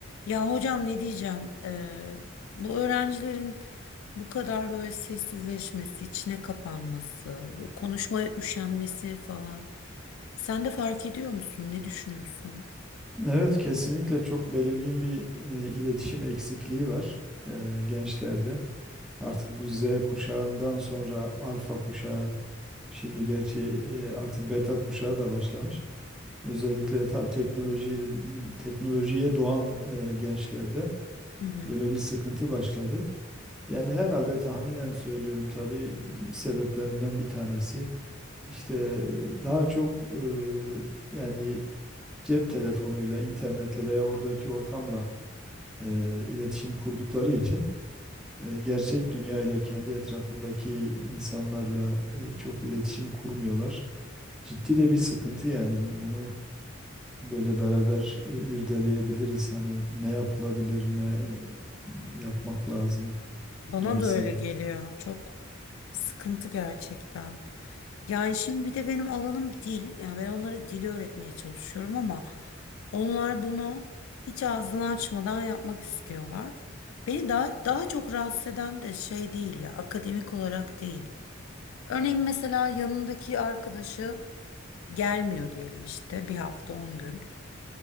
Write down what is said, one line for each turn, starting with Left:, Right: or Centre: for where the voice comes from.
Left: Ya hocam ne diyeceğim? Ee, bu öğrencilerin bu kadar böyle sessizleşmesi, içine kapanması, böyle konuşmaya üşenmesi falan. Sen de fark ediyor musun? Ne düşünüyorsun?
Centre: Evet, kesinlikle çok belirgin bir e, iletişim eksikliği var e, gençlerde. Artık bu Z kuşağından sonra alfa kuşağı, şimdi gerçi e, artık beta kuşağı da başlamış. Özellikle tabii teknoloji teknolojiye doğan e, gençlerde
Left: Hı
Centre: böyle bir sıkıntı başladı. Yani
Left: hı.
Centre: herhalde tahminen söylüyorum tabii sebeplerinden bir tanesi işte daha çok e, yani cep telefonuyla, internetle veya oradaki ortamla e, iletişim kurdukları için e, gerçek dünya ile kendi etrafındaki insanlarla e, çok iletişim kurmuyorlar. Ciddi de bir sıkıntı yani bunu böyle beraber e, irdeleyebiliriz. Hani ne yapılabilir, ne e, yapmak lazım
Left: Bana
Centre: gibisinden.
Left: da öyle geliyor. Çok sıkıntı gerçekten. Yani şimdi bir de benim alanım dil. Yani ben onlara dili öğretmeye çalışıyorum ama onlar bunu hiç ağzını açmadan yapmak istiyorlar. Beni daha daha çok rahatsız eden de şey değil ya, akademik olarak değil. Örneğin mesela yanındaki arkadaşı gelmiyor diyelim işte bir hafta on gün.